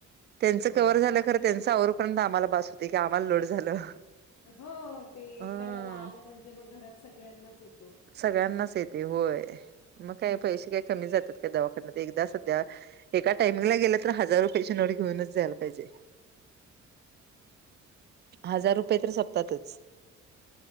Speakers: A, on the right; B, on the left.
A: त्यांचं
B: हां,
A: कव्हर
B: हां.
A: झालं खरं, त्यांच आवरूपर्यंत आम्हाला बास होती की आम्हाला लोड झालं.
B: हो ते एकालाला
A: अ
B: आलं म्हणजे मग घरात सगळ्यांनाच येतो.
A: सगळ्यांनाच येते होय. मग काय पैसे काय कमी जातात का दवाखान्यात. एकदा सध्या एका टाइमला गेलं तर हजार रुपयाची नोट घेऊनच जायला पाहिजे. हजार रुपये तरी संपतातच.